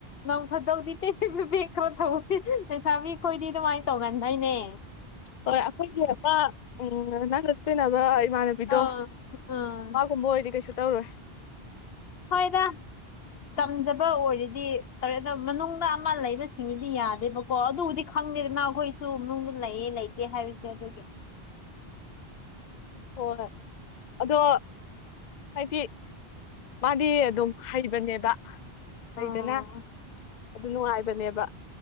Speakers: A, on the left (about 70°); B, on the left (about 50°).
A: ꯅꯪ ꯐꯗꯧꯗꯤ ꯄꯦꯁꯦ ꯕ ꯈꯔ ꯊꯧꯦ ꯄꯩꯁꯥ ꯃꯤ ꯈꯣꯏꯗꯤ ꯑꯗꯨꯃꯥꯏꯅ ꯇꯧꯒꯟꯗꯣꯏꯅꯦ
B: ꯍꯣꯏ ꯑꯩꯈꯣꯏꯒꯤꯄꯥ ꯅꯪꯒ ꯆꯅꯕ ꯏꯃꯥꯟꯅꯕ ꯕꯤꯗꯣ
A: ꯑꯥ ꯑꯥ
B: ꯃꯥꯒꯨꯝꯕ ꯑꯣꯏꯔꯗꯤ ꯀꯩꯁꯨ ꯇꯧꯔꯣꯏ
A: ꯍꯣꯏꯗ ꯇꯝꯖꯕ ꯑꯣꯏꯔꯗꯤ ꯇꯧꯔꯦ ꯑꯗꯣ ꯃꯅꯨꯡꯗ ꯑꯃ ꯂꯩꯕꯁꯤꯡꯗꯨꯗꯤ ꯌꯥꯗꯦꯕ ꯀꯣ ꯑꯗꯨꯕꯨꯗꯤ ꯈꯪꯗꯦꯗꯅ ꯑꯩꯈꯣꯏꯁꯨ ꯃꯅꯨꯡꯗꯅꯨꯡ ꯂꯩꯌꯦ ꯂꯩꯇꯦ ꯍꯥꯏꯕꯁꯦ ꯑꯗꯨꯒꯤ
B: ꯍꯣꯏ ꯑꯗꯣ ꯍꯥꯏꯗꯤ ꯃꯥꯗꯤ ꯑꯗꯨꯝ ꯍꯩꯕꯅꯦꯕ ꯂꯩꯗꯅ
A: ꯎꯝ
B: ꯑꯗꯨ ꯅꯨꯡꯉꯥꯏꯕꯅꯦꯕ